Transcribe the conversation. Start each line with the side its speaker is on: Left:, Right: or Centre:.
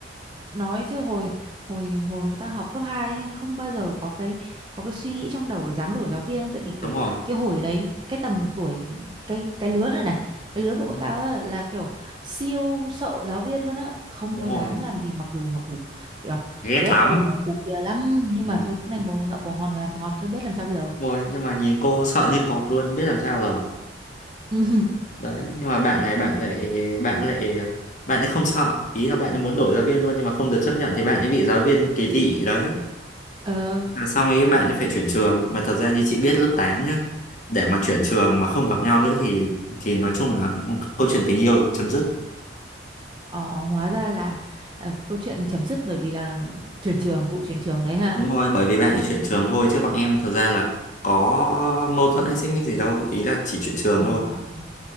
Right: nói chứ hồi hồi hồi mà ta học cấp 2 ấy, không bao giờ có cái có cái suy nghĩ trong đầu là dám đổi giáo viên đâu. tại vì kiểu
Left: đúng rồi
Right: cái hồi đấy cái tầm tuổi cái cái lứa này này cái lứa của
Left: đúng
Right: bọn tao
Left: rồi
Right: á, là kiểu siêu sợ giáo viên luôn á không
Left: Đúng
Right: có
Left: rồi.
Right: dám làm gì mặc dù mặc dù kiểu
Left: ghét
Right: ghét
Left: lắm
Right: cô nó cô kia lắm nhưng
Left: Ừ.
Right: mà thôi cũng đành bồ ngậm bồ hòn làm ngọt thôi biết làm sao bây giờ
Left: Rồi nhưng mà nhìn cô sợ như cọp luôn biết làm sao rồi
Right: <laughs>
Left: đấy nhưng mà bạn này bạn lại bạn lại bạn ấy không sợ ý là bạn ấy muốn đổi giáo viên luôn nhưng mà không được chấp nhận thì bạn ấy bị giáo viên kỳ thị đấy
Right: ờ,
Left: là xong ấy bạn ấy phải chuyển trường mà thật ra như chị biết lớp 8 nhá để mà chuyển trường mà không gặp nhau nữa thì thì nói chung là câu chuyện tình yêu chấm dứt
Right: ờ hóa ra là ờ, câu chuyện chấm dứt bởi vì là chuyển trường vụ chuyển trường đấy ha
Left: đúng rồi bởi vì bạn ấy chuyển trường thôi chứ bọn em thật ra là có mâu thuẫn hay xích mích gì đâu ý là chỉ chuyển trường
Right: Ờ
Left: thôi
Right: ờ.